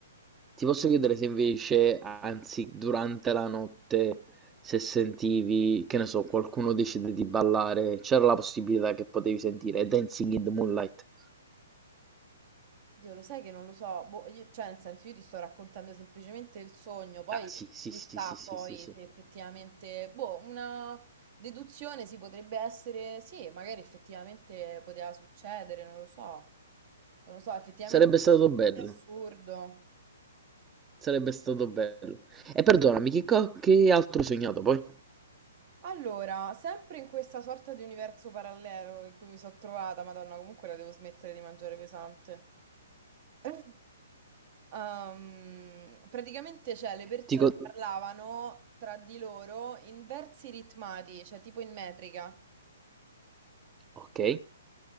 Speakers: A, on the right; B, on the right.
A: ti posso chiedere se invece, anzi, durante la notte, se sentivi, che ne so, qualcuno decide di ballare, c'era la possibilità che potevi sentire Dancing in the Moonlight.
B: Dio, lo sai che non lo so, boh, io- cioè nel senso io ti sto raccontando semplicemente il sogno, poi
A: Ah, sì, sì,
B: chissà
A: sì, sì, sì,
B: poi
A: sì, sì.
B: se effettivamente, boh, una deduzione si potrebbe essere, sì, magari effettivamente poteva succedere, non lo so, non lo so, effettivamente
A: Sarebbe stato bello.
B: è assurdo.
A: Sarebbe stato bello. E perdonami, che, co- che altro hai sognato poi?
B: Allora, sempre in questa sorta di universo parallelo in cui mi sono trovata, Madonna, comunque la devo smettere di mangiare pesante. <laughs> Ehm, praticamente, cioè, le persone
A: Ti co-
B: parlavano tra di loro in versi ritmati, cioè tipo in metrica.
A: Ok.